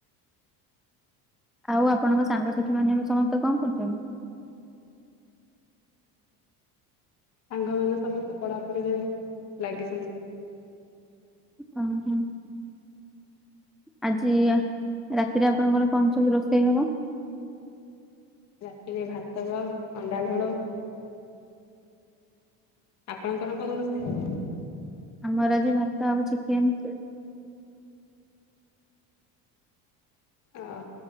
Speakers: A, in the centre; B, on the left (about 50°).
A: ଆଉ ଆପଣଙ୍କ ସାଙ୍ଗସାଥି ମାନେ ଏବେ ସମସ୍ତେ କଣ କରୁଛନ୍ତି?
B: ସାଙ୍ଗମାନେ ସମସ୍ତେ ପଢ଼ାପଢିରେ ଲାଗିଛନ୍ତି।
A: ଅ ହଁ। ଆଜି ରାତିରେ ଆପଣଙ୍କର କଣ ସବୁ ରୋଷେଇ ହବ?
B: ରାତିରେ ଭାତ ଗ ଅଣ୍ଡା ଝୋଳ। ଆପଣଙ୍କର କଣ ରୋଷେଇ ହବ?
A: ଆମର ଆଜି ଭାତ ଆଉ ଚିକେନ।
B: ଓହୋ।